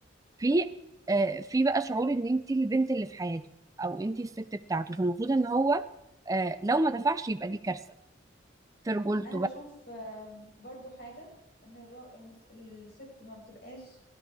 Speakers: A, on the right (about 15°); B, on the left (about 50°).
A: في آه، في بقى شعور ان انت البنت اللي في حياته او انت الست بتاعته فالمفروض ان هو آه، لو ما دفعش يبقى دي كارثة في رجولته
B: انا
A: بقى
B: بشوف آم، برضو حاجة ان الرا... ان الس- الست ما بتبقاش